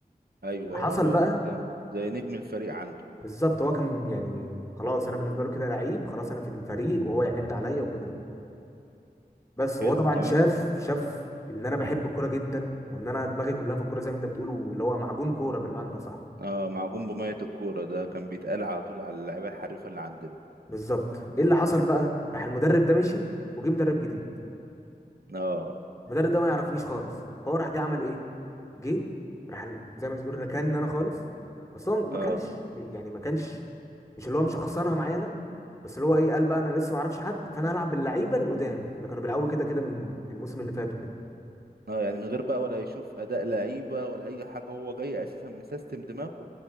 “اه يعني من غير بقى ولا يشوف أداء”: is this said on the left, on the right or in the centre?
Right